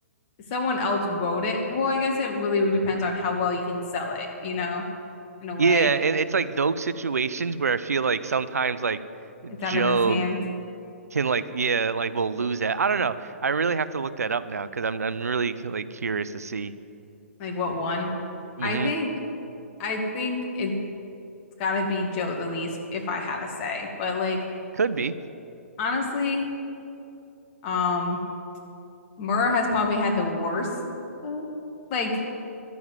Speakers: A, on the left; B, on the right.
A: someone else wrote it. Well, I guess it really depends on how well you can sell it, you know, in a
B: yeah
A: way.
B: and it's like those situations where I feel like sometimes like
A: It's
B: Joe
A: out of his hands.
B: can like yeah like we'll lose that I don't know I really have to look that up now because I'm I'm really like curious to see
A: Like, what one?
B: hmm
A: I think, I think it's gotta be Joe the least if I had to say. But, like,
B: could be
A: honestly, um, Murr has probably had the worst, uh, like,